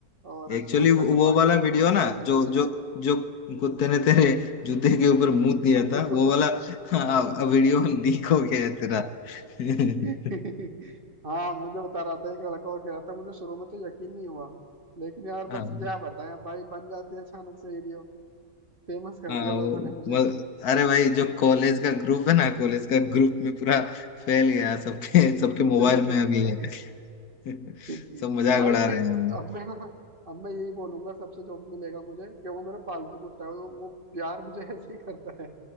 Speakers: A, on the right; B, on the left.
A: और
B: एक्चुअली
A: हल्का
B: वो
A: सा
B: वो
A: पानी
B: वाला
A: वानी
B: वीडियो
A: कपड़े
B: ना
A: पर से
B: जो
A: पहुंच
B: जो
A: के
B: जो कुत्ते ने तेरे जूते के ऊपर मुंह दिया
A: <laughs>
B: था वो वाला वीडियो लीक हो गया है तेरा <laughs>
A: <laughs> हाँ मुझे बता रहा था एक लड़का और कह रहा था मुझे शुरू में तो यकीन नहीं हुआ लेकिन यार बस
B: हाँ
A: क्या बताएं अब भाई बन जाती है अचानक से वीडियो फेमस कर
B: हाँ
A: दिया लोगों
B: वो
A: ने मुझे
B: मल, अरे भाई जो कॉलेज का ग्रुप है ना कॉलेज का ग्रुप में पूरा फैल गया सबके सबके मोबाइल
A: <laughs>
B: में अभी है <laughs>
A: भाई
B: सब मजाक उड़ा रहे हैं हम
A: अब मैं ना अब मैं यही बोलूंगा सबसे जो भी मिलेगा मुझे कि वो मेरा पालतू कुत्ता है वो वो प्यार मुझे <laughs> ऐसे ही करता है